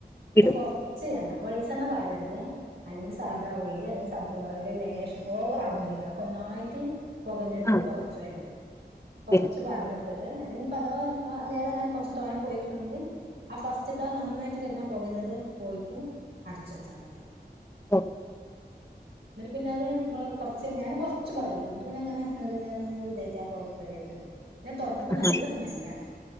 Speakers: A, on the right (about 85°); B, on the left (about 15°).
A: എന്നിട്ട്
B: ഇടും
A: കൊറച്ച് എണ്ണ വെളിച്ചെണ്ണ പറരത് അല്ലെങ്കിൽ സാദാ ഓയില് അല്ലെങ്കിൽ സൺഫ്ലവർ ഓയില് ലേശം ഓവർ ആവും ചെയ്യരുത് അപ്പൊ ഒന്നായിട്ട് പുകഞ്ഞിട്ട് ട്ത്ത്
B: ആഹ്
A: പുക ചെയവരും കുറച്ച്
B: വരും
A: പറന്നുടുട്ട്ല്ലെങ്കിൽ പദവ നമുക്ക് അറിതെങ്ങാനും കുറച്ച് തോനെ പോയി ണെങ്കിൽ ആ ഫസ്റ്റ്ത നന്നായിട്ട് വരുന്ന പോകുന്നത് പോയിട്ട് അടച്ച് വച്ചാമ്മതി
B: ഓക്കെ
A: എന്നിട്ട് പിന്നെത് മ്മള് കൊറച്ചേ ഞൻ കുറച്ച് പരുള്ളൂ ന്നട്ട്‌പിന്നെ ഇങ്ങനെ നീറി നീറി നീറി ഇതറ്റ് ആ പോകക്കെ കഴിക്കണം ഞാൻ തോറക്കുമ്പോ
B: ആഹാ
A: നല്ല സ്മെല്ലാണ്